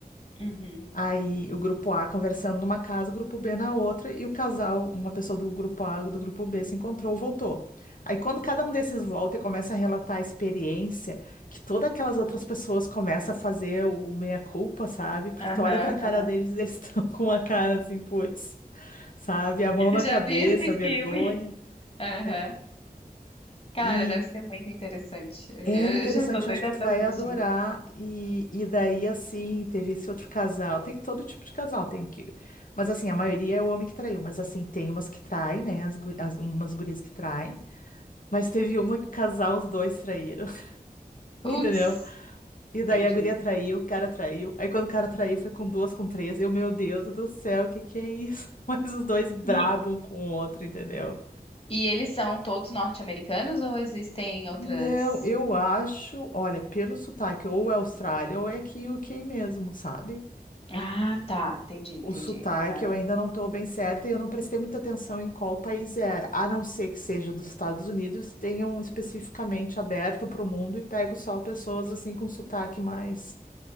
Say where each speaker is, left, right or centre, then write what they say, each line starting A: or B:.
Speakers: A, on the left (about 40°); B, on the left (about 60°).
A: Uhum.
B: Aí o grupo A conversando numa casa, o grupo B na outra, e o casal, uma pessoa do grupo A, do grupo B, se encontrou, voltou. Aí quando cada um desses volta e começa a relatar a experiência, que todas aquelas outras pessoas começam a fazer o meia-culpa, sabe? Porque
A: Aham,
B: tu olha pra cara
A: aham.
B: deles, eles <laughs> estão com uma cara assim, putz sabe? A mão na
A: Já
B: cabeça,
A: vi esse
B: vergonha.
A: filme. Aham.
B: É.
A: Cara,
B: E
A: deve ser muito interessante. Eu
B: é interessante,
A: já tô doida
B: eu acho que tu
A: pra
B: vai
A: assistir.
B: adorar. E, e daí, assim, teve esse outro casal. Tem todo tipo de casal, tem que. Mas assim, a maioria é o homem que traiu, mas assim, tem umas que traem, né? As, gu- as- umas gurias que traem. Mas teve uma que o casal, os dois traíram, <laughs>
A: Putz,
B: entendeu? E daí
A: entendi.
B: a guria traiu, o cara traiu. Aí quando o cara traiu, foi com duas, com três. Eu, meu Deus do céu, o que que é isso? <laughs> Mas os dois brabam
A: E,
B: com o outro, entendeu?
A: e eles são todos norte-americanos ou existem
B: Não,
A: outras
B: eu acho, olha, pelo sotaque, ou é Austrália ou é aqui UK mesmo, sabe?
A: Ah, tá, entendi, entendi.
B: O sotaque
A: Aham.
B: eu ainda não estou bem certa e eu não prestei muita atenção em qual país era, a não ser que seja dos Estados Unidos, tenham especificamente aberto para o mundo e pego só pessoas assim com sotaque mais